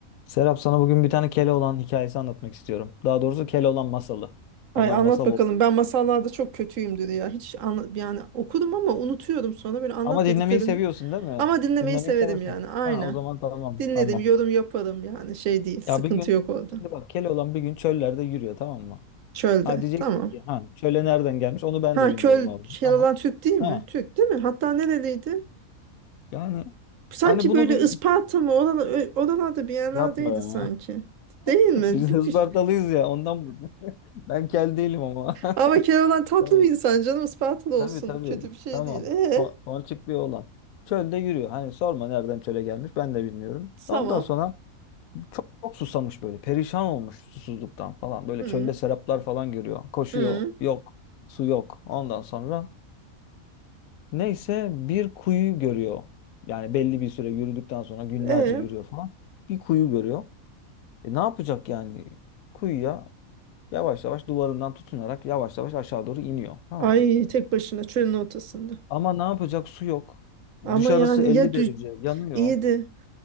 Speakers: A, on the left (about 80°); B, on the right (about 70°).
A: Serap sana bugün bir tane Keloğlan hikayesi anlatmak istiyorum. Daha doğrusu Keloğlan masalı.
B: Ay
A: Onlar
B: anlat
A: masal
B: bakalım.
A: oluyor.
B: Ben masallarda çok kötüyümdür ya. Hiç anla- yani okudum ama unutuyorum sonra böyle anlat
A: Ama
B: dediklerinde.
A: dinlemeyi seviyorsun değil mi?
B: Ama dinlemeyi
A: Dinlemeyi
B: severim
A: seversin.
B: yani. Aynen.
A: Ha, o zaman tamam
B: Dinledim,
A: tamam.
B: yorum yaparım yani şey değil. Sıkıntı
A: Ya bir gün
B: yok orada.
A: şimdi bak Keloğlan bir gün çöllerde yürüyor tamam mı?
B: Çölde.
A: Ha diyeceksin
B: Tamam.
A: ki ha çöle nereden gelmiş onu ben
B: Ha
A: de bilmiyorum
B: köl
A: vallahi
B: şey
A: ama
B: olan Türk değil
A: ha
B: mi? Türk değil mi? Hatta nereliydi?
A: yani
B: Sanki
A: hani bunu
B: böyle
A: bir
B: Isparta mı? Oralar, ö- oralarda bir yerlerdeydi
A: yapma ya.
B: sanki. Değil mi?
A: <laughs> Biz
B: Bir,
A: Ispartalıyız
B: bir...
A: ya ondan bu. <laughs> Ben kel değilim ama.
B: Ama Keloğlan
A: <laughs>
B: tatlı
A: Tamam.
B: bir insan canım Isparta'da olsun.
A: Tabii tabii.
B: Kötü bir şey
A: Tamam.
B: değil. E
A: Ko- Ponçik bir oğlan. Çölde yürüyor. Hani sorma nereden çöle gelmiş ben de bilmiyorum.
B: tamam.
A: Ondan sonra çok, çok susamış böyle. Perişan olmuş susuzluktan falan. Böyle
B: Hı.
A: çölde seraplar falan görüyor. Koşuyor.
B: Hı.
A: Yok. Su yok. Ondan sonra neyse bir kuyu görüyor. Yani belli bir süre yürüdükten sonra günlerce
B: E
A: yürüyor falan. Bir kuyu görüyor. E ne yapacak yani? Kuyuya yavaş yavaş duvarından tutunarak yavaş yavaş aşağı doğru iniyor. Tamam
B: Ay
A: mı?
B: tek başına çölün ortasında.
A: Ama ne yapacak? Su yok.
B: Ama
A: Dışarısı
B: yani
A: 50
B: ya dü-
A: derece. Yanıyor.
B: iyiydi.